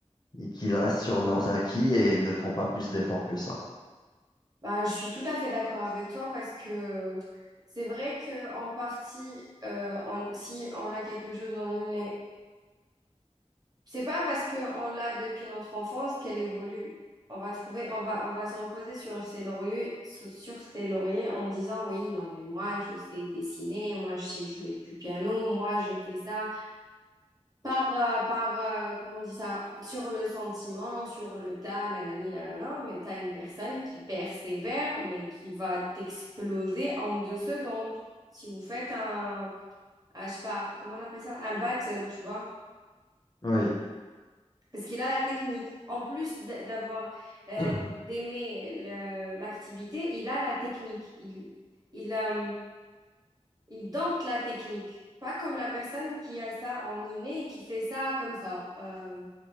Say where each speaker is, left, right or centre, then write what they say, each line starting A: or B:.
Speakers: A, on the left (about 40°); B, on the right (about 35°).
A: qu'ils restent sur leurs acquis et ne font pas plus d'efforts que ça.
B: Bah, je suis tout à fait d'accord avec toi parce que c'est vrai que en partie, euh, on- si on a quelque chose en inné C'est pas parce qu'on l'a depuis notre enfance qu'elle évolue. On va trouver, on va, on va se reposer sur ses lauriers, sur sur ses lauriers en disant oui, non mais moi je sais dessiner, moi je sais jouer du piano, moi je fais ça par, euh, par euh, comment on dit ça, sur le sentiment, sur le tas, nanani, nanana, mais t'as une personne qui persévère mais qui va t'exploser en deux secondes. Si vous faites un, ah, je sais pas, comment on appelle ça, un battle, tu vois.
A: Oui,
B: Parce qu'il a la technique. En plus d- d'avoir euh,
A: <clears throat>
B: d'aimer le- l'activité, il a la technique. Il, il, euh, il dompte la technique. Pas comme la personne qui a ça en inné et qui fait ça comme ça, euh,